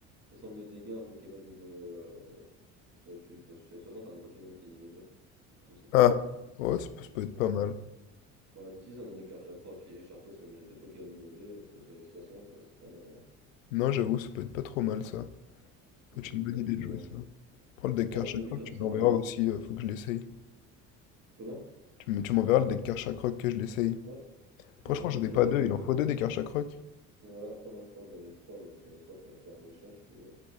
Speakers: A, on the right; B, on the left.
A: 60 de dégâts un Pokémon niveau. euh, soit tu t'as- tu fais 60 à un Pokémon qui est niveau 2. Du coup, c'est pas
B: Ah!
A: mal.
B: Ouais, ça peut ça peut être
A: Moi,
B: pas
A: j'utilise
B: mal.
A: moi, j'utilise dans mon deck Archacroc et Charcos, comme j'ai deux Pokémon niveau 2, je peux soigner 60, euh, c'est pas mal en vrai.
B: Non, j'avoue, ça peut être pas trop mal ça.
A: Tu le
B: C'est
A: joues
B: une bonne
A: quand
B: idée
A: tu joues
B: de jouer
A: un.
B: ça. Prends le deck
A: Pour
B: cache
A: un Finobi,
B: Chakrak,
A: toi,
B: tu
A: ça sert
B: m'enverras
A: à rien pour.
B: aussi, euh, faut que je l'essaye.
A: Comment?
B: Tu me- tu m'enverras le deck cache Chakrak que je l'essaye.
A: Ouais,
B: Après,
A: ouais,
B: je crois que
A: bah
B: j'en
A: déjà,
B: ai pas
A: t'as.
B: deux,
A: je-
B: il en faut deux des cartes Chakrak.
A: Ouais, après, moi, je crois que j'en ai 3 donc si j'en ai 3 je pourrais te faire un échange si tu veux.